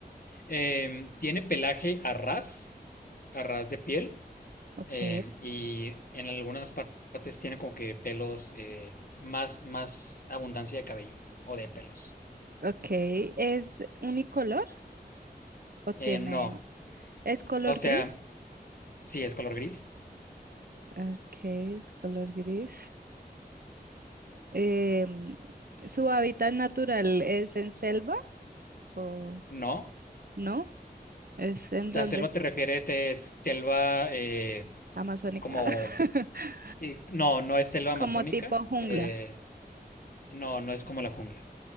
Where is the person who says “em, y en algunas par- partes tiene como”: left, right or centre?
Left